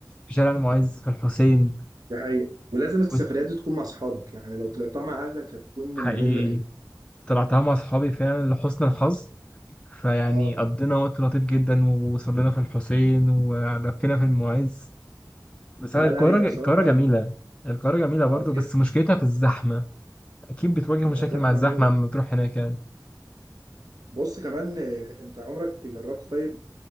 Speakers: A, on the left; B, on the right.
A: في شارع المعز في الحسين
B: دي حقيقة ولازم السفريات
A: كنت
B: دي تكون مع أصحابك يعني لو طلعتها مع أهلك هتكون
A: حقيقي
B: مملة جدا
A: طلعتها مع اصحابي فعلا لحسن الحظ فيعني
B: اه
A: قضينا وقت لطيف جدا وصلنا في الحسين ولفينا في المعز بس
B: لا
A: القاهره
B: لا هي
A: ج-
B: بصراحة
A: القاهره جميله
B: ال-
A: القاهره جميله
B: اه
A: برضو
B: جدا
A: بس مشكلتها في الزحمه اكيد بتواجه
B: هي
A: مشاكل
B: زحمة
A: مع الزحمه
B: موت
A: لما تروح هناك يعني
B: بص كمان آه، انت عمرك جربت طيب